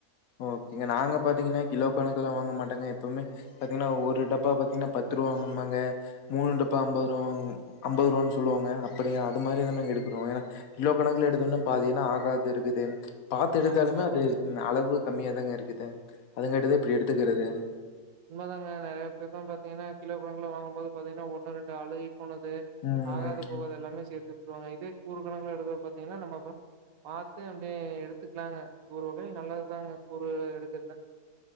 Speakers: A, on the left; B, on the right.
A: ஓகேங்க நாங்க பாத்தீங்கன்னா கிலோ
B: ம்
A: கணக்கல்லா வாங்க மாட்டோங்க எப்பமே பாத்தீங்கன்னா ஒரு டப்பா பாத்தீங்கன்னா பத்து ரூபா வாங்கம்பாங்க மூணு டப்பா அம்பது ருவா அம்பது ருவான் சொல்லுவாங்க அப்படி அது மாரிதா நாங்க எடுக்குறோ ஏனா கிலோ கணக்ல எடுத்தோனா பாதியானா ஆகாது இருக்குது பாத்து எடுத்தாலுமே
B: ஆமாங்க ஆமாங்க
A: அது அளவு கம்மியா தாங்க இருக்குது அதுங்கட்டுதா இப்டி எடுத்துக்கிறது
B: உண்ம தாங்க நெறைய <unintelligible> பாத்தீங்கன்னா கிலோ கணக்குல வாங்கும் போது பாத்தீங்கன்னா ஒன்னு ரெண்டு அழுகி போனது
A: ம்.
B: ஆகாது போகாதது எல்லாமே சேத்துட்டுருவாங்க இதே கூறுகணக்ல எடுத்து பாத்தீங்கன்னா நம்ம பாத்து அப்டியே எடுத்துக்கலாங்க ஒரு வகையில நல்லதுதாங்க கூரு எடுக்கிறது